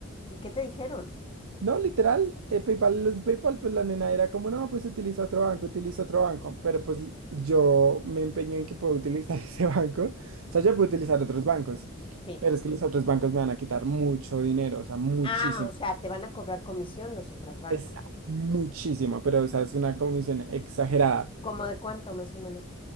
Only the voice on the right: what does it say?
No, literal, eh, PayPal, los de PayPal, pues la nena era como, no, pues utiliza otro banco, utiliza otro banco, pero pues yo me empeño en que puedo utilizar <laughs> ese banco, o sea, yo puedo utilizar
otros bancos,
pero es que los otros bancos me van a quitar mucho dinero, o sea, muchísimo.
Es muchísimo, pero o sea, es una comisión exagerada.